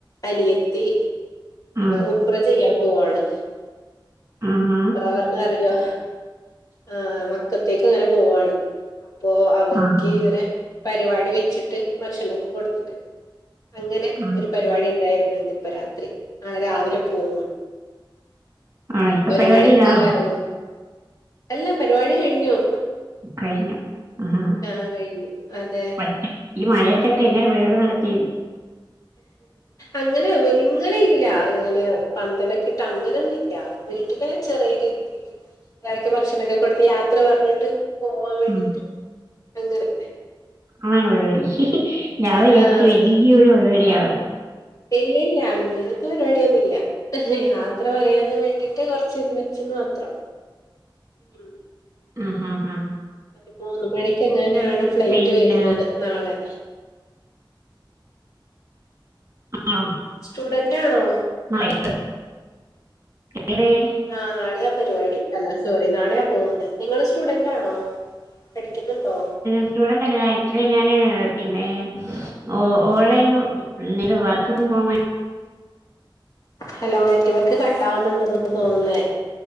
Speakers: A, on the left; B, on the right.
A: അനിയത്തി
B: ആഹ്.
A: ഉംറ ചെയ്യാൻ പോവാണ്.
B: ആഹ് ഹാ
A: ഉംറാന്ന് പറഞ്ഞാ അറിയോ? ആ മക്കത്തേക്ക്ങ്ങനെ പോവുവാണ്. അപ്പോ അവർക്ക്
B: ആഹാ.
A: ഇങ്ങനെ പരിപാടി വെച്ചിട്ട് ഭക്ഷണൊക്കെ കൊടുത്തിട്ട് അങ്ങനെ
B: ആഹ്.
A: ഒരു പരിപാടി ഇണ്ടായിരുന്നു ഇന്ന് ഇപ്പൊ രാത്രി നാളെ രാവിലെ പോവും.
B: ആ ഇപ്പൊ
A: ഒരു
B: പരിപാടിയിലാണോ?
A: മണിക്ക് എറങ്ങും. അല്ല പരിപാടി കഴിഞ്ഞു.
B: കഴിഞ്ഞോ? ആഹാ.
A: ആഹ് കഴിഞ്ഞു അതെ.
B: പറ്റും. ഈ മഴയത്തൊക്കെ എങ്ങനെ പരുപാടി നടത്തി?
A: അങ്ങനെ വലി അങ്ങനെ ഇല്ല അങ്ങനെ പന്തലൊക്കെ ഇട്ട് അങ്ങനൊന്നും ഇല്ല. വീട്ടില് ചെറിയ രീതില് എല്ലാരിക്കും ഭക്ഷണൊക്കെ കൊട്ത്ത് യാത്ര പർഞ്ഞ്ട്ട് പോവാ വേണ്ടിട്ട്
B: ഉം.
A: അങ്ങനെ
B: അതാണോ പരിപാടി ഞാൻ വിചാരിച്ച്
A: ആഹ്
B: വലിയ ഒരു പരിപാടിയാണെന്ന്.
A: ഇല്ലില്ല. അങ്ങനത്തെ പരിപാടിയൊന്നും ഇല്ല. യാത്ര പറയാൻന്ന് വേണ്ടിട്ട് കൊറച്ച് ഇത് വെച്ചന്ന് മാത്രം. ഉം
B: ആഹ് ഹാ ഹാ
A: ഒരു മൂന്ന് മണിക്ക് എങ്ങനാണ് ഫ്ലൈറ്റ്
B: പിന്നെ
A: വരുന്നത്. നാളെ
B: <inaudible>
A: സ്റ്റുഡന്റാണോ ആ നാളെയാ പരിപാടി അല്ല സോറി നാളെയാ പോകുന്നേ നിങ്ങള് സ്റ്റുഡന്റ് ആണോ? പഠിക്കുന്നുണ്ടോ?
B: സ്റ്റുഡന്റല്ലാ ആക്ച്വലി ഞാന് പിന്നേ ഓ ഓൺലൈൻ ഇനി ഇപ്പം വർക് ഫ്രം ഹോമാ
A: ഹലോ നെറ്റ് വർക്ക് കട്ടാവുന്നുണ്ടെന്നു തോന്നുന്നേ?